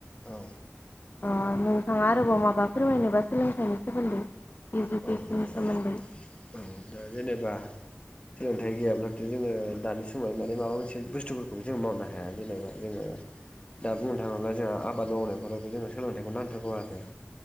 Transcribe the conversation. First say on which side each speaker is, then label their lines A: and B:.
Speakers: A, on the left; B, on the left.
A: औ।
B: ओ नोंथांआ आरोबाव माबा फोरमायनोबा सोलोंथाइनि सोमोन्दै। इडुकेसननि
A: औ दा
B: सोमोन्दै
A: औ दा जेनेबा सोलोंथाइ गैयाब्लाथ' जोङो दानि समाव माने माबा मोनसे बुस्थुफोरखौबो जों मावनो हाया जेनेबा जोङो दा बुंनो थाङोब्ला जोंहा आबाद मावनायफोरावबो जोङो सोलोंथाइखौ नांथारगौ आरो